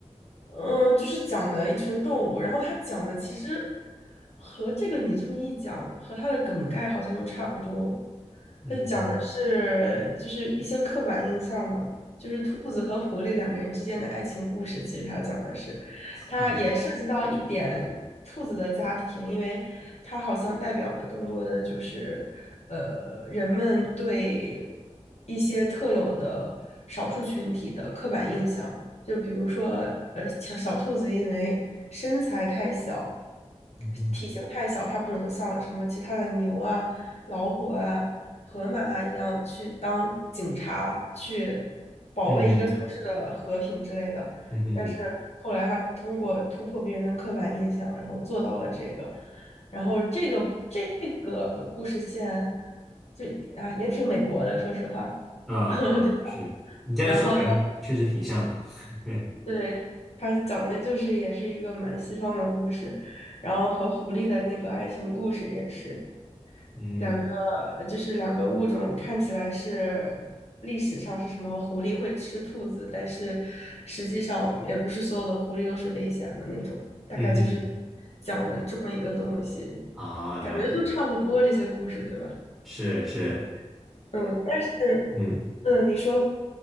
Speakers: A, on the left; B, in the centre.
A: 嗯，就是讲的一群动物，然后他讲的其实和这个你这么一讲，和他的梗概好像又差不多。
B: 嗯
A: 它讲的是就是一些刻板印象吧，就是兔子和狐狸两个人之间的爱情故事。其实他讲的是，他也涉及到一点兔子的家庭，
B: 啊，
A: 因为他好像代表的更多的就是，呃，人们对一些特有的少数群体的刻板印象。就比如说，呃，小小兔子因为身材太小，
B: 嗯
A: 体型太小，它不能像什么其他的牛啊、老虎啊、河马啊一样去当警察，去保卫一个城市的和平之类的。
B: 嗯嗯嗯。
A: 但是后来它通过突破别人的刻板印象，然后做到了这个。然后这个这个故事线就啊也挺美国的，说实话。
B: 啊啊，
A: <laughs> 对。
B: 是你这样说，
A: 然后他
B: 感觉确实挺像的。<laughs>
A: 对，它讲的就是也是一个蛮西方的故事，然后和狐狸的那个爱情故事也是
B: 嗯
A: 两个，就是两个物种看起来是历史上是什么狐狸会吃兔子，但是实际上也不是所有的狐狸都是危险的那种，大概就是
B: 嗯嗯，
A: 讲的这么一个东西，
B: 啊，
A: 感觉都差不多这些故事，
B: 了解了，
A: 对吧？
B: 是是，
A: 嗯，但是
B: 嗯，
A: 嗯，你说